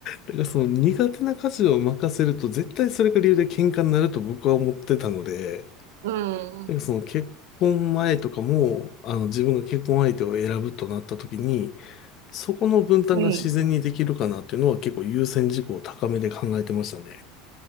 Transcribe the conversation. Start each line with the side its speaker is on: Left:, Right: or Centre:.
Left: だからその苦手な家事を任せると絶対それが理由で喧嘩になると僕は思ってたので、
Right: うん。
Left: なんかその結婚前とかもあの自分が結婚相手を選ぶとなった時にそこの分担が自然にできるかなっていうのは結構優先事項を高めで考えてましたね。
Right: はい。